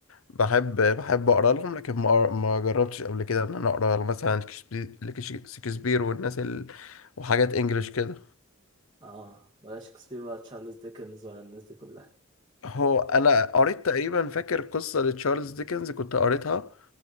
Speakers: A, on the left; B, on the right.
A: بحب بحب اقرا لهم لكن ما ما جربتش قبل كده ان انا اقرا مثلا شكسبي- لكش- شكسبير والناس ال... وحاجات انجليش كده
B: اه ولا شكسبير ولا تشارلز ديكنز ولا الناس دي كلها
A: هو انا قريت تقريبا فاكر قصة لتشارلز ديكنز كنت قريتها